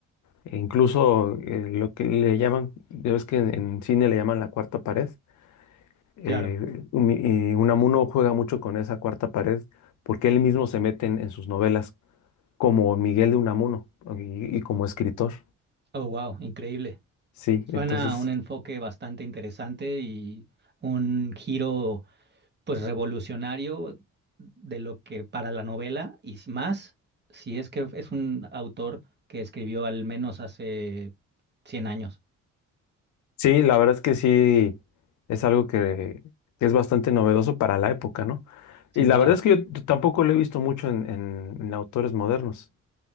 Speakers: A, on the left (about 70°); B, on the right (about 35°).
A: e incluso eh, lo que le llaman, ya ves que en, en cine le llaman la cuarta pared, eh,
B: Claro.
A: Umi- y Unamuno juega mucho con esa cuarta pared porque él mismo se mete en, en sus novelas como Miguel de Unamuno y, y como escritor,
B: Oh, wow, increíble.
A: sí,
B: Suena
A: entonces
B: a un enfoque bastante interesante y un giro. pues revolucionario de lo que para la novela y s- más si es que es un autor que escribió al menos hace 100 años,
A: Sí, la verdad es que sí es algo que, que es bastante novedoso para la época, ¿no?
B: sin
A: Y la
B: duda.
A: verdad es que yo t- tampoco lo he visto mucho en, en- en autores modernos.